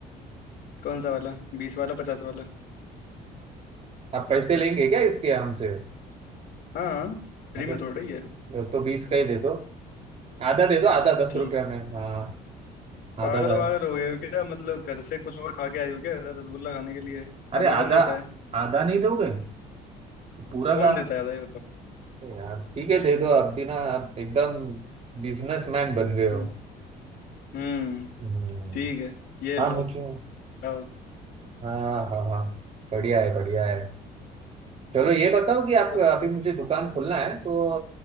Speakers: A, on the left (about 75°); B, on the right (about 40°).
A: कौन सा वाला बीस वाला पचास वाला
B: आप पैसे लेंगे क्या इसके हमसे
A: हाँ फ्री
B: अरे
A: में थोड़ा ही है
B: तो तो बीस का ही दे दो आधा दे दो आधा दस
A: ठीक
B: रुपया में हाँ आधा
A: पागल
B: दर
A: वागल हो गए हो क्या मतलब घर से कुछ और खा के आए हो क्या ऐसा रसगुल्ला खाने के लिए
B: अरे
A: आधा
B: आधा
A: कौन देता है
B: आधा नहीं दोगे पूरा
A: कौन
B: का
A: देता है आधा ये बताओ
B: अरे यार ठीक है दे दो अब भी ना आप एकदम बिजनेसमैन बन गए हो
A: हम्म हम्म
B: हम्म,
A: ठीक है ये
B: हाँ
A: लो
B: मुझे
A: आओ
B: हाँ हाँ हाँ बढ़िया है बढ़िया है चलो ये बताओ कि आप
A: हाँ,
B: अभी मुझे दुकान खोलना है तो